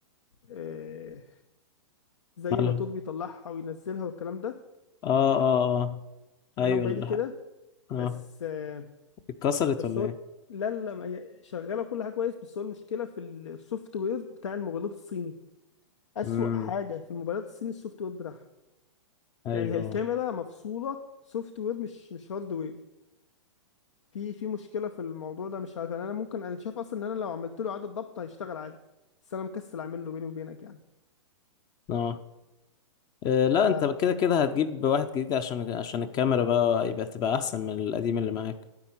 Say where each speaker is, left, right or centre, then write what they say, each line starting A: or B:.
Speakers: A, on the left; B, on the left.
A: آه، زي
B: مالها
A: موتور بيطلعها وينزلها والكلام ده
B: اه اه اه ايوه
A: انا موبايلي
B: اللي
A: كده
B: ح-
A: بس
B: اه
A: آه،
B: اتكسرت
A: بس
B: ولا
A: هو
B: ايه
A: لا لا ما هي شغاله كل حاجه كويس بس هو المشكله في السوفت وير بتاع الموبايلات الصيني اسوأ
B: امم
A: حاجه في الموبايلات الصيني السوفت وير بتاعها
B: ايوه
A: يعني هي الكاميرا
B: اه
A: مفصوله سوفت وير مش مش هارد وير في في مشكلة في الموضوع ده مش عارف يعني انا ممكن انا شايف اصلا ان انا لو عملت له اعادة ضبط هيشتغل عادي بس انا مكسل اعمل له بيني وبينك يعني
B: آه، آه،
A: ف
B: لا انت كده كده هتجيب واحد جديد عشان عشان الكاميرا بقى يبقى تبقى احسن من القديم اللي معاك